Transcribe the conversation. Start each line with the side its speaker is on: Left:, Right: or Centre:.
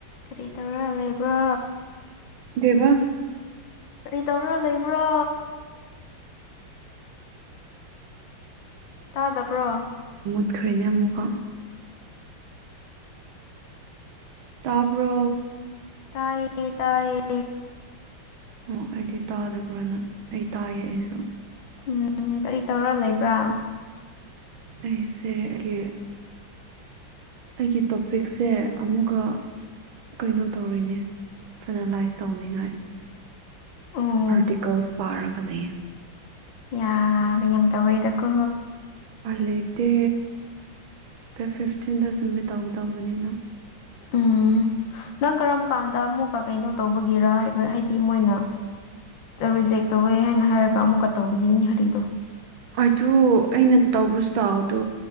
Left: ꯀꯔꯤ ꯇꯧꯔ ꯂꯩꯕ꯭ꯔꯣ
Right: ꯑꯗꯨꯒꯕ
Left: ꯀꯔꯤ ꯇꯧꯔꯥ ꯂꯩꯕ꯭ꯔꯣ ꯇꯥꯗꯕ꯭ꯔꯣ
Right: ꯃꯨꯠꯈ꯭ꯔꯦꯅꯦ ꯑꯃꯨꯛꯀꯣ ꯇꯥꯕꯣ
Left: ꯇꯥꯌꯦ ꯇꯥꯌꯦ
Right: ꯑꯣ ꯑꯩꯗꯤ ꯇꯥꯗꯕ꯭ꯔꯅ ꯑꯩ ꯇꯥ ꯌꯦꯛꯏꯁꯦ
Left: ꯎꯝ ꯀꯔꯤ ꯇꯧꯔ ꯂꯩꯕ꯭ꯔꯥ
Right: ꯑꯩꯁꯦ ꯑꯩꯒꯤ ꯑꯩꯒꯤ ꯇꯣꯄꯤꯛꯁꯦ ꯑꯃꯨꯛꯀ ꯀꯩꯅꯣ ꯇꯧꯔꯤꯅꯦ ꯐꯥꯏꯅꯥꯂꯥꯏꯁ ꯇꯧꯅꯤꯡꯉꯥꯏ
Left: ꯎꯝ
Right: ꯑꯔꯇꯤꯀꯜꯁ ꯄꯥꯔꯒ ꯂꯩ
Left: ꯌꯥꯗ ꯌꯥꯝ ꯇꯧꯔꯛꯏꯗꯀꯣ
Right: ꯑ ꯂꯩꯇꯦ ꯗ ꯐꯤꯐꯇꯤꯟꯗ ꯁꯨꯝꯃꯤꯠ ꯇꯧꯒꯗꯧꯕꯅꯤꯅ
Left: ꯎꯝ ꯅꯪ ꯀꯔꯝ ꯀꯥꯟꯗ ꯑꯃꯨꯛꯀ ꯀꯩꯅꯣ ꯇꯧꯕꯒꯤꯦꯔ ꯍꯥꯏꯕ ꯍꯥꯏꯗꯤ ꯃꯣꯏꯅ ꯔꯤꯖꯦꯛ ꯇꯧꯋꯦ ꯍꯥꯏꯅ ꯍꯥꯏꯔꯒ ꯑꯃꯨꯛꯀ ꯇꯧꯒꯅꯤ ꯍꯔꯤꯗꯣ
Right: ꯑꯗꯨꯗ ꯑꯩꯅ ꯇꯧꯕꯁꯤ ꯇꯥꯎꯗꯣ